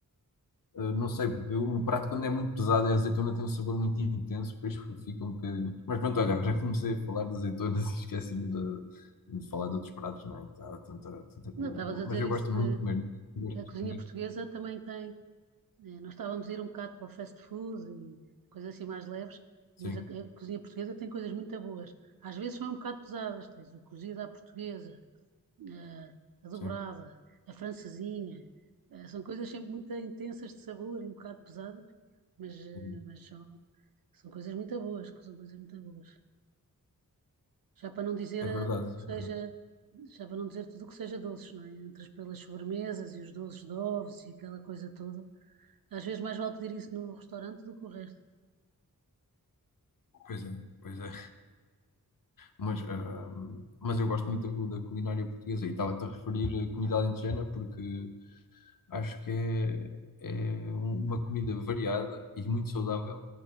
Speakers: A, on the left; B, on the right.
A: Uh, não sei, porque um prato quando é muito pesado e a azeitona tem um sabor muito intenso, depois fica um bocadinho. Mas pronto, olha, agora <laughs> comecei a falar de azeitonas e esqueci-me de, de falar de outros pratos, não é? Que Há tanta, tanta comida
B: Não, estavas
A: boa.
B: a
A: Mas
B: dizer
A: eu
B: isso
A: gosto
B: de
A: muito de comer. Gosto
B: a
A: de
B: cozinha
A: comer.
B: portuguesa também tem. eh, Nós estávamos a ir um bocado para o fast food e coisas assim mais leves,
A: Sim,
B: mas a, a cozinha portuguesa tem coisas muito boas. Às vezes são um bocado pesadas, tens o cozido à portuguesa, eh, a dobrada,
A: sim,
B: a francesinha. eh, São coisas sempre muito intensas de sabor e um bocado pesadas, mas, eh,
A: sim.
B: mas são, são coisas muito boas, são coisas muito boas. Já para não dizer
A: É
B: eh,
A: verdade,
B: tudo o que seja,
A: é verdade.
B: já para não dizer tudo o que seja doces, não é? Entre as pelas sobremesas e os doces de ovos e aquela coisa toda. Às vezes mais vale pedir isso no restaurante do que o resto.
A: Pois é, pois é. Mas, ah, mas eu gosto muito da, da culinária portuguesa e estava-te a referir a comida alentejana porque Acho que é, é um- uma comida variada e muito saudável.